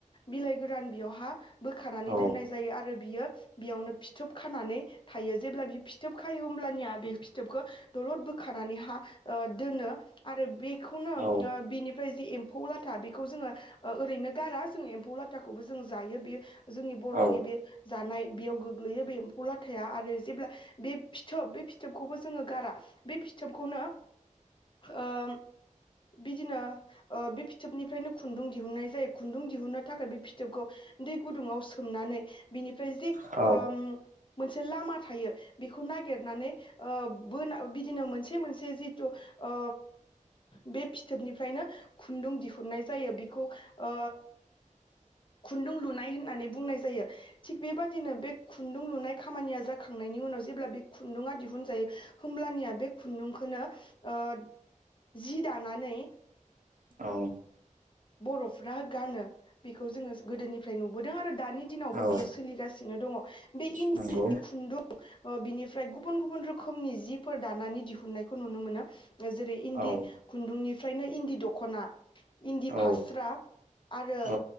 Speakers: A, on the left; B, on the right.
A: बिलाइ गोरान बेयावहा बोखानानै
B: औ
A: दोननाय जायो आरो बियो बेयावनो फिथोब खानानै थायो जेब्ला बियो फिथोब खायो होमब्लानिया बे फिथोबखौ दलद बोखानानै हा ओ दोनो आरो बे बेखौनो
B: औ
A: ओ बिनि ओमफ्राय जि एम्फौ लाथा बेखौ जोङो ओरैनो गारा जोङो एम्फौ लाथाखौबो जों जायो बेयो जोंनि बरनि
B: औ
A: बे जानाय बेयाव गोग्लैयो बे एम्फौ लाथाया आरो जे बे फिथोब बे फि फिथोबखौबो जोङो गारा <inaudible> बे फिथोबखौनो ओ बिदिनो बे फिथोबनिफ्रायनो खुन्दुं दिहुननाय जायो खुन्दुं दिहुननो थाखाय बे फिथोबखौ दै गुदुंङाव सोमनानै बिनिफ्राय जि
B: औ
A: ओ मोनसे लामा थायो बेखौ नागिरनानै ओ बो बिदिनो मोनसे मोनसे जिथु ओ बे फिथोबनिफ्रायनो खुन्दुं दिहुननाय जायो खौ ओ खुन्दुं लुनाय होननानै बुंनाय जायो थिग बेबायदिनो बे खुन्दुं लुनाय खामानिया जाखांनायनि उनाव जेब्ला बे खुन्दुङा दिहुनजायो होमब्लानिया बे खुन्दुंखौनो ओ जि दानानै
B: औ
A: बर'फ्रा गानो बेखौ जोङो गोदोनिफ्राय नुब बोदों आरो दानि दिनावबो
B: औ
A: बियो सोलिगासिनो दङ बे इन्दि
B: नंगौ
A: जि खुन्दुं ओ बिनिफ्राय गुबुन गुबुन रोखोमनि जि जिफोर दानानै दिहुननायखौ नुनो मोनो जेरै इन्दि
B: औ
A: खुन्दुंनि फ्रायनो इन्दि दख'ना इन्दि
B: औ
A: फास्रा आरो
B: औ